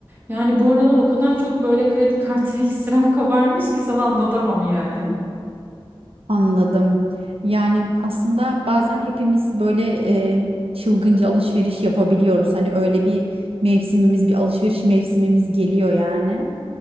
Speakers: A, on the right (about 20°); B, on the right (about 85°).
A: Yani bu aralar o kadar çok böyle kredi kartı <laughs> ekstrem kabarmış ki sana anlatamam yani.
B: Anladım. Yani aslında bazen hepimiz böyle e, çılgınca alışveriş yapabiliyoruz. Hani öyle bir mevsimimiz, bir alışveriş mevsimimiz geliyor yani.